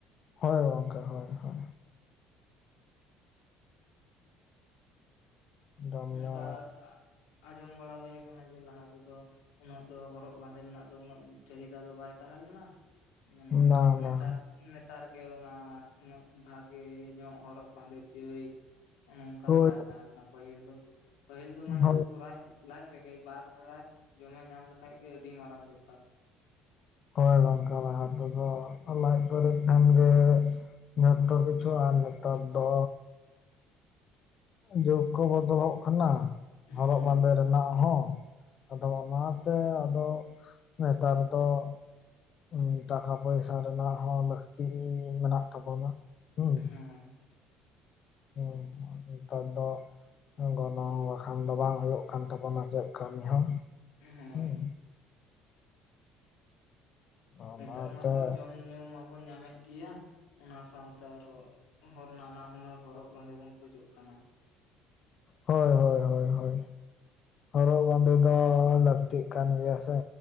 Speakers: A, on the left; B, on the left.
A: ᱦᱳ ᱜᱚᱝᱠᱮ ᱦᱳᱭ ᱦᱳᱭ᱾ ᱡᱚᱢ
B: ᱚᱱᱠᱟ
A: ᱧᱩ
B: ᱟᱸᱡᱚᱢ ᱵᱟᱲᱟ ᱦᱳᱭ ᱟᱠᱟᱱᱟ ᱡᱮ ᱞᱟᱦᱟ ᱛᱮᱫᱚ ᱩᱱᱟᱹᱜ ᱫᱚ ᱦᱚᱨᱚᱜ ᱵᱟᱸᱫᱮ ᱨᱮᱱᱟᱜ ᱫᱚ ᱩᱱᱟᱹᱜ ᱪᱟᱹᱦᱤᱫᱟ ᱫᱚ ᱵᱟᱭ ᱛᱟᱦᱮᱸ ᱞᱮᱱᱟ᱾ ᱢᱟᱱᱮ
A: ᱵᱟᱝ
B: ᱱᱮᱛᱟᱨ
A: ᱵᱟᱝ
B: ᱱᱮᱛᱟᱨ ᱜᱮ ᱚᱱᱟ ᱩᱱᱟᱹᱜ ᱵᱷᱟᱜᱮ ᱧᱚᱜ ᱦᱚᱨᱚᱜ ᱵᱟᱸᱫᱮ ᱪᱟᱹᱭ᱾ ᱚᱱᱚ ᱚᱱᱠᱟ
A: ᱦᱳᱭ
B: ᱫᱚ ᱵᱟᱭ ᱛᱟᱦᱮᱸ ᱞᱮᱱᱟ ᱯᱟᱹᱦᱤᱞ ᱫᱚ᱾ ᱯᱟᱹᱦᱤᱞ ᱫᱚ ᱢᱟᱱᱮ
A: ᱦᱳᱭ
B: ᱥᱩᱫᱷᱩ ᱨᱟᱡ ᱞᱟᱪ ᱨᱮᱜᱮ ᱵᱟᱨ ᱵᱮᱲᱟᱭ ᱡᱚᱢᱮ ᱧᱟᱢ ᱞᱮᱠᱷᱟᱡ ᱜᱮ ᱟᱹᱰᱤ ᱢᱟᱨᱟᱝ ᱵᱮᱯᱟᱨ᱾
A: ᱦᱳᱭ ᱜᱚᱝᱠᱮ ᱞᱟᱦᱟ ᱛᱮᱫᱚ ᱞᱟᱡ ᱠᱚᱚᱨᱤᱡ ᱠᱷᱟᱱ ᱜᱮ ᱡᱷᱚᱛᱚ ᱠᱤᱪᱷᱩ ᱟᱨ ᱱᱮᱛᱟᱨ ᱫᱚ ᱡᱳᱩᱜᱽ ᱠᱚ ᱵᱚᱫᱚᱞᱚᱜ ᱠᱟᱱᱟ᱾ ᱦᱚᱨᱚᱜ
B: ᱦᱳᱭ
A: ᱵᱟᱸᱫᱮ ᱨᱮᱱᱟᱜ ᱦᱚᱸ, ᱟᱫᱚ ᱚᱱᱟᱛᱮ ᱟᱫᱚ ᱱᱮᱛᱟᱨ ᱫᱚ ᱩᱸ ᱴᱟᱠᱟ ᱯᱚᱭᱥᱟ ᱨᱮᱱᱟᱜ ᱦᱚᱸ ᱞᱟᱹᱠᱛᱤ ᱢᱮᱱᱟᱜ ᱛᱟᱵᱚᱱᱟ ᱦᱩᱸ᱾
B: ᱦᱳᱭ
A: ᱩᱸ ᱱᱮᱛᱟᱨ ᱫᱚ, ᱜᱚᱱᱚᱝ ᱵᱟᱠᱷᱟᱱ ᱫᱚ ᱵᱟᱝ ᱦᱳᱭᱳᱜ ᱠᱟᱱ ᱛᱟᱵᱳᱱᱟ ᱪᱮᱫ ᱠᱟᱹᱢᱤ ᱦᱚᱸ᱾
B: ᱦᱳᱭ
A: ᱦᱩᱸ᱾ ᱚᱱᱟᱛᱮ
B: ᱱᱮᱛᱟᱨ ᱢᱟᱛᱚ ᱡᱚᱢ ᱧᱩ ᱢᱟᱵᱚᱱ ᱧᱟᱢ ᱮᱫ ᱜᱮᱭᱟ᱾ ᱚᱱᱟ ᱥᱟᱶᱛᱮ ᱟᱨᱚ, ᱱᱟᱱᱟ ᱦᱩᱱᱟᱹᱨ ᱦᱚᱨᱚᱜ ᱵᱟᱸᱫᱮ ᱵᱚᱱ ᱠᱷᱚᱡᱚᱜ ᱠᱟᱱᱟ᱾
A: ᱦᱳᱭ, ᱦᱳᱭ, ᱦᱳᱭ, ᱦᱳᱭ᱾ ᱦᱚᱨᱚᱜ ᱵᱟᱸᱫᱮ ᱫᱚ ᱞᱟᱹᱠᱛᱤᱜ ᱠᱟᱱ ᱜᱮᱭᱟ ᱥᱮ᱾